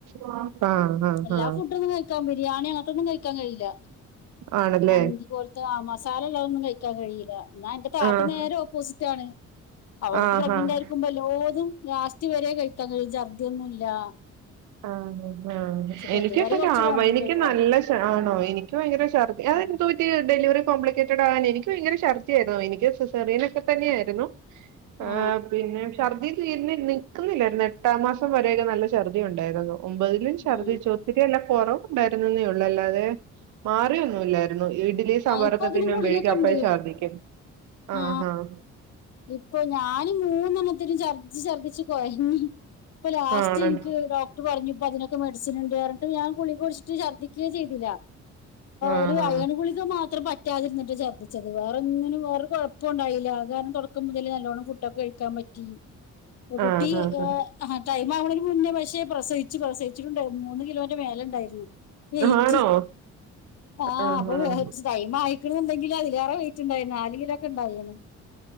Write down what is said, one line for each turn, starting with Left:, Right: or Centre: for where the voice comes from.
Right: ആഹ് ആഹ് ആഹ് ആഹ്
Left: എല്ലാ
Right: ആഹ്
Left: ഫുടൊന്നും കഴിക്കാം. ബിരിയാണി അങ്ങൻതൊന്നും കഴി ഇക്കാൻ കഴിയില്ല
Right: ആണല്ലേ
Left: മന്തി പോൽത്തെ. ആ മസാലള്ള തൊന്നും കഴിക്കാൻ. ക്കാൻകഴിയെ ല്ല ന്നാ ന്റെ താത്ത
Right: ആഹ്
Left: നേരെ ഓപ്പോസിറ്റ് ആണ്. അവൾക്ക്
Right: ആഹ്
Left: പ്രഗ്നന്റായിരിക്കുമ്പല്ലാതും
Right: ആഹ്
Left: ലാസ്റ്റ് വരേ കഴി ക്കാൻകഴിയും ജർദിയൊന്നുല്ലാ
Right: ആഹ് ആഹ് എനിക്ക്പം
Left: ഡെലിവറി കുറച്ച്
Right: ആ
Left: കോംപ്ലിക്കേറ്റഡാ
Right: എനിക്ക് ആ നല്ല ഛർ ആ ആണോ എനിക്ക് ഭയങ്കര ഛർദ്ദി അത്
Left: ഉം.
Right: എന്ത്‌ പറ്റിയെ ഡെലിവറി കോംപ്ലിക്കേറ്റഡ് ആകാൻ എനിക്ക് ഭയങ്കര ശർദിയായിരുന്നു. എനിക്ക് സിസേറീയനൊക്കെ തന്നെയാരുന്നു ആഹ്
Left: ആ
Right: പിന്നെ ശർ <unintelligible> നിക്ക്ന്നില്ലായിരുന്നു എട്ടാം മാസം വരെക്കെ നല്ല ശർദി ഉണ്ടായിരുന്നു ഒമ്പതിലും ഛർദ്ദിച്ച്
Left: ആ.
Right: ഒത്തിരി അല്ല കുറവ് ഉണ്ടായിരുന്നെന്നേ ഉള്ളൂ അല്ലാതെ മാറിയൊന്നുമില്ലായിരുന്നു ഇഡ്ഡലിയും സാമ്പാറുമൊക്കെ
Left: ആ ഇപ്പൊ അതിന്
Right: തിന്നുമ്പോഴേ
Left: ഗുളികയൊക്കെ
Right: എനിക്കപ്പഴും
Left: ഉണ്ട്
Right: ശർദ്ധിക്കും ആഹ്
Left: ആ
Right: ആഹ്
Left: ഇപ്പൊ ഞാന് മൂന്നെണ്ണ ത്തിനും ഛർദിച്ചു ഛർദിച്ചു കൊഴഞ്ഞ് ഇപ്പൊ ലാസ്റ്റ്
Right: ആഹ് ആണ
Left: എനിക്ക് ഡോക്ടർ പറഞ്ഞു ഇപ്പോ അതിനൊക്കെ മെഡിസി സിന്ണ്ട് പറഞ്ഞിട്ടും ഞാൻ ഗുളിക കഴിച്ചിട്ടും ഛർദിക്കുവേ ചെയ്തില്ല
Right: ആഹ്
Left: ഒരു അയൺ ഗുളിക മാത്രം പറ്റാതിരുന്നിട്ട് ചർദിച്ചത് വേറൊന്നിനും വേറെ കുഴപ്പം ഉണ്ടായില്ല ആകെ ഒക്കെ മുതൽ നല്ലോണം ഫുഡൊക്കെ കഴിക്കാൻ പറ്റി കുട്ടി
Right: ആഹ് ആഹ്
Left: ടൈം ആവണേന് മുന്നേ പക്ഷേ പ്രസവി ച്ച് പ്രസവി ട്ടുണ്ട് മൂന്ന് കിലോന്റെ മേലെ ഉണ്ടായിരുന്നു വെയ്റ്റ്
Right: ആഹ് ആണോ
Left: ആ
Right: ആഹ്
Left: അപ്പൊ
Right: ആഹ്
Left: ടൈം ആയി ക്ക്ണ് ണ്ടെങ്കിൽ അതിലേറെ വെയിറ്റ് ഉണ്ടായേനെ നാല് കിലോക്കെ ഉണ്ടായേനെ